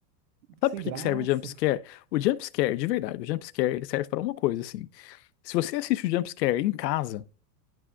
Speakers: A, on the right; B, on the left.
A: que
B: Sabe
A: sem
B: por
A: graça.
B: que que serve o jumpscare? O jumpscare, de verdade, o jumpscare ele serve pra uma coisa, assim. Se você assiste o jumpscare em casa,